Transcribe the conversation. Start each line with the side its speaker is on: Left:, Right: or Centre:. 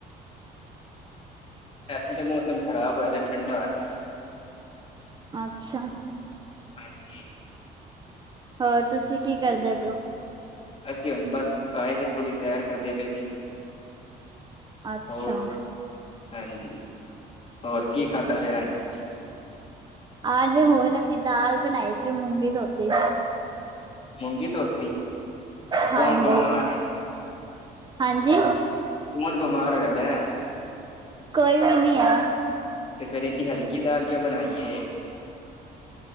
Left: ਇੱਥੇ ਤੇ ਮੌਸਮ ਖਰਾਬ ਹੋਇਆ ਪਿਆ ਠੰਡਾ ਹੋਇਆ।
Right: ਅੱਛਾ।
Left: ਹਾਂਜੀ।
Right: ਹੋਰ ਤੁਸੀਂ ਕੀ ਕਰਦੇ ਪਏ ਔ?
Left: ਅਸੀਂ ਹੁਣ ਬਸ, ਆਏ ਸੀ ਥੋਡੀ ਸੈਰ ਕਰਦੇ ਪਏ ਸੀ।
Right: ਅੱਛਾ
Left: ਹੋਰ ਹਾਂਜੀ, ਹੋਰ ਕੀ ਖਾਧਾ ਫਿਰ ਅੱਜ?
Right: ਆਜ ਹੁਣ ਅਸੀਂ ਦਾਲ ਬਣਾਈ ਸੀ, ਮੂੰਗੀ ਧੋਤੀ।
Left: ਮੂੰਗੀ ਧੋਤੀ,
Right: ਹਾਂਜੀ।
Left: ਕੌਣ ਬਿਮਾਰ ਏ।
Right: ਹਾਂਜੀ।
Left: ਕੌਣ ਬਿਮਾਰ ਹੋਇਆ ਪੈ।
Right: ਕੋਈ ਵੀ ਨੀ ਆ।
Left: ਤੇ ਫੇਰ ਇੰਨੀ ਹਲਕੀ ਦਾਲ ਕਿਉਂ ਬਣਾਈ ਏ?